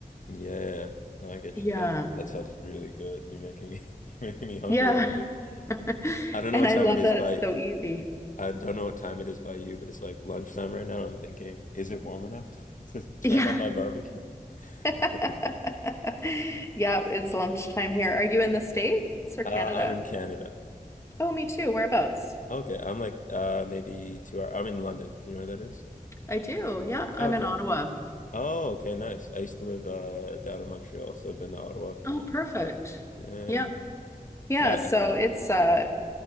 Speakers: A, on the left (about 55°); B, on the left (about 20°).
A: Yeah. yeah, yeah. No, I get
B: Yeah.
A: you. That that sounds really good. You're making me <laughs> you're making me hungry
B: Yeah.
A: already.
B: <laughs>
A: I don't
B: And
A: know what
B: I
A: time
B: love
A: it is
B: that
A: by
B: it's so easy.
A: I don't know what time it is by you, but it's like lunchtime right now. I'm thinking, is it warm enough <laughs> to, turn
B: Yeah.
A: on my barbecue?
B: <laughs>
A: <laughs>
B: Yeah, it's lunchtime here. Are you in the States or Canada?
A: Uh, I'm in Canada.
B: Oh, me too. Whereabouts?
A: Okay, I'm like uh maybe two hour. I'm in London. Do you know where that is?
B: I do. Yeah, I'm
A: Okay.
B: in Ottawa.
A: Oh, okay, nice. I used to live uh down in Montreal, so I've been to Ottawa a few
B: Oh,
A: times.
B: perfect.
A: Yeah.
B: Yeah. Yeah,
A: I
B: so it's uh